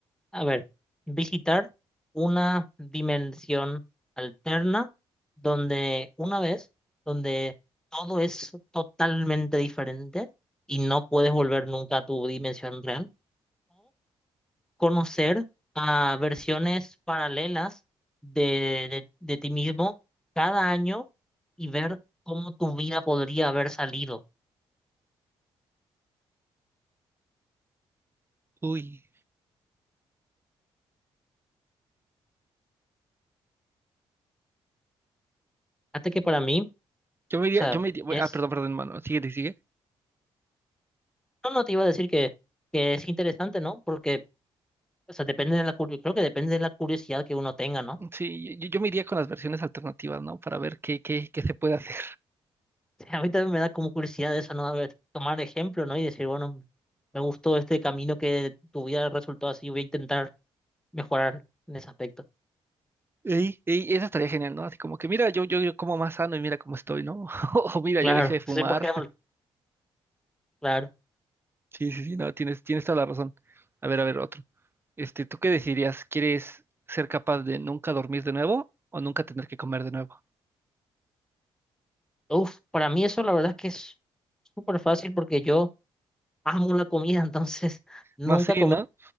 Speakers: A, in the centre; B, on the right.
A: A ver, visitar una dimensión alterna donde una vez, donde todo es totalmente diferente y no puedes volver nunca a tu dimensión real. conocer a versiones paralelas de, de, de ti mismo cada año y ver cómo tu vida podría haber salido.
B: Uy.
A: Hasta que para mí,
B: Yo me iría,
A: o sea,
B: yo me iría, bueno,
A: es,
B: ah, perdón, perdón, hermano sigue, sigue.
A: no, no te iba a decir que, que es interesante, ¿no? Porque, o sea, depende de la curiosidad, creo que depende de la curiosidad que uno tenga, ¿no?
B: Sí, yo, yo me iría con las versiones alternativas, ¿no? Para ver qué, qué, qué se puede hacer.
A: <laughs> A mí también me da como curiosidad eso, ¿no? A ver, tomar ejemplo, ¿no? Y decir, bueno, me gustó este camino que tu vida resultó así, voy a intentar mejorar en ese aspecto.
B: Y, y eso estaría genial, ¿no? Así como que mira, yo, yo, yo como más sano y mira cómo estoy, ¿no? <laughs> O mira,
A: Claro,
B: yo dejé de fumar.
A: sí, por ejemplo,
B: <laughs>
A: claro.
B: Sí, sí, sí, no, tienes, tienes toda la razón. A ver, a ver, otro. Este, ¿tú qué decidirías? ¿Quieres ser capaz de nunca dormir de nuevo o nunca tener que comer de nuevo?
A: Uf, para mí eso la verdad es que es súper fácil porque yo amo la comida, entonces <laughs> nunca
B: Más sí,
A: comer.
B: ¿no?